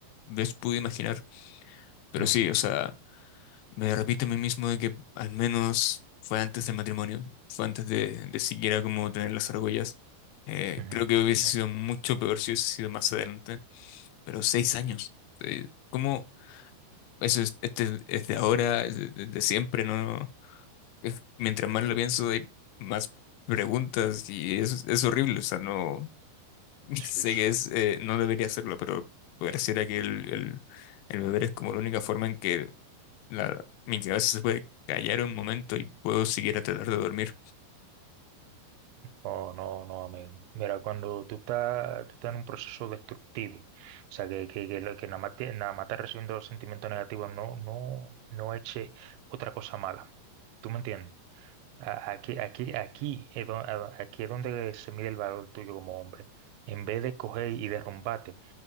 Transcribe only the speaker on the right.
Ujú,
ujú,
ujú.
Sí,
sí.
Oh, no, no, amigo. Mira, cuando tú estás, tú estás en un proceso destructivo, o sea, que, que, que, lo- que nada más te, nada más estás recibiendo los sentimientos negativos, no, no, no eche otra cosa mala. ¿Tú me entiendes? A- Aquí, aquí, aquí es donde, aquí es donde se mide el valor tuyo como hombre. En vez de coger y derrumbarte,